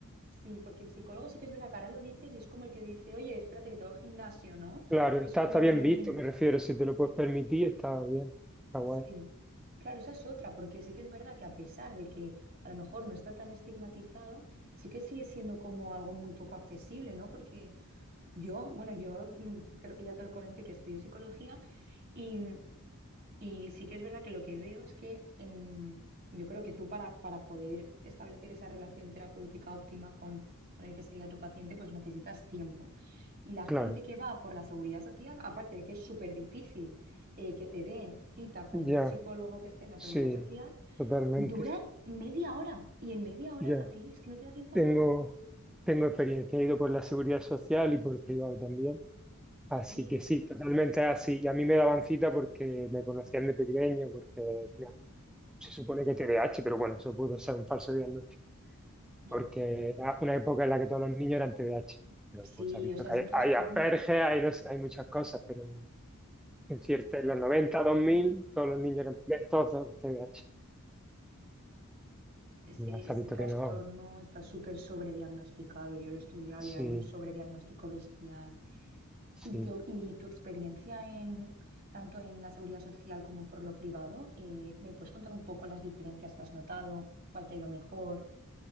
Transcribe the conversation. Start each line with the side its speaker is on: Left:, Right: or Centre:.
Right: Sí, porque el psicólogo sí que es verdad que ahora lo dices y es como el que dice, oye, espérate que te voy al gimnasio, ¿no?
Centre: Claro, está,
Right: Es como
Centre: está bien
Right: muy...
Centre: visto, me refiero, si te lo puedes permitir, está bien, está guay.
Right: Sí, claro, esa es otra, porque sí que es verdad que a pesar de que a lo mejor no está tan estigmatizado, sí que sigue siendo como algo muy poco accesible, ¿no? Porque yo, bueno, yo mm, creo que ya te lo comenté que estudio psicología y mm, Y sí que es verdad que lo que veo es que en- yo creo que tú para, para poder establecer esa relación terapéutica óptima con, con el que sería tu paciente, pues necesitas tiempo. Y la gente
Centre: Claro,
Right: que va por la seguridad social, aparte de que es súper difícil eh, que te den cita con
Centre: ya,
Right: un psicólogo que esté en la
Centre: sí,
Right: seguridad social,
Centre: totalmente.
Right: duran media hora. Y en media hora
Centre: Ya,
Right: a ti es que no te da tiempo
Centre: tengo,
Right: a nada.
Centre: tengo experiencia, he ido por la seguridad social y por privado también. Así
Right: Sí.
Centre: que sí, totalmente así. Y a mí me daban cita porque me conocían de pequeño, porque mira, se supone que TDAH, pero bueno, eso pudo ser un falso diagnóstico,
Right: Mm.
Centre: porque era una época en la que todos los niños eran TDAH. Pero
Right: Sí,
Centre: pues se ha visto
Right: o sea,
Centre: que
Right: ese
Centre: hay,
Right: trastorno.
Centre: hay Asperger, hay, no sé, hay muchas cosas, pero en, en cierto, en los 90, 2000, todos los niños eran todos TDAH.
Right: Ese,
Centre: Ya se
Right: ese
Centre: ha visto
Right: trastorno
Centre: que no,
Right: está súper sobrediagnosticado. Yo lo he estudiado
Centre: sí.
Right: y hay un sobrediagnóstico bestial.
Centre: Sí.
Right: ¿Y, que, y tu experiencia en tanto en la seguridad social como por lo privado? eh, ¿me puedes contar un poco las diferencias que has notado? ¿Cuál te ha ido mejor?